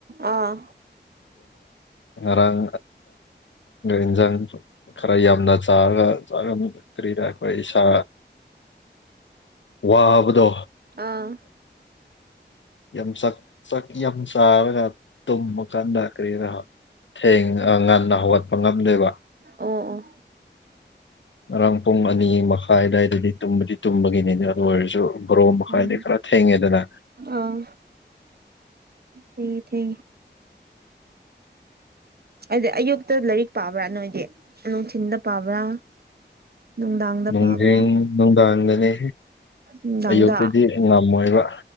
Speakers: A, on the right; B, on the left.
A: ꯑꯥ
B: ꯉꯔꯥꯡ ꯏꯟꯖꯥꯡ ꯈꯔ ꯌꯥꯝꯅ ꯆꯥꯒ ꯆꯥꯝꯛꯇ꯭ꯔꯤꯅ ꯑꯩꯈꯣꯏ ꯏꯁꯥ ꯋꯥꯕꯗꯣ
A: ꯑꯥ
B: ꯌꯥꯝ ꯁꯛꯛ ꯌꯥꯝ ꯁꯥꯔꯒ ꯇꯝ ꯃ ꯀꯥꯟꯗ ꯀ꯭ꯔꯔꯤꯔ ꯊꯦꯡ ꯉꯟꯅ ꯍꯧꯒꯠꯄ ꯉꯝꯗꯦꯕ
A: ꯑꯣ ꯑꯣ
B: ꯉꯔꯥꯡ ꯄꯨꯡ ꯑꯅꯤ ꯃꯈꯥꯏ ꯑ ꯑꯗꯨꯋꯥꯏꯗꯗꯤ ꯇꯨꯝꯕꯗꯤ ꯇꯨꯝꯕꯒꯤꯅꯤꯅꯦ ꯑꯗꯨ ꯑꯣꯏꯔꯁꯨ ꯕꯣꯔꯣ ꯃꯈꯥꯏꯗꯩ
A: ꯎꯝ
B: ꯈꯔ ꯊꯦꯡꯉꯦ ꯗꯅ
A: ꯑꯥ ꯍ ꯊ ꯍꯥꯏꯗꯤ ꯑꯌꯨꯛꯇ ꯂꯥꯏꯔꯤꯛ ꯄꯥꯕ꯭ꯔꯥ ꯅꯣꯏꯗꯤ ꯅꯨꯡꯊꯤꯤꯟꯗ ꯄꯥꯕ꯭ꯔꯥ ꯅꯨꯡꯗꯥꯡꯗ
B: ꯅꯨꯡꯖꯤꯡ
A: ꯄꯥꯕ꯭ꯔꯥ
B: ꯅꯨꯡꯗꯥꯡꯗꯅꯦ
A: ꯅꯨꯡꯗꯥꯡꯗ
B: ꯑꯌꯨꯛꯇꯗꯤ ꯉꯝꯃꯣꯏꯕ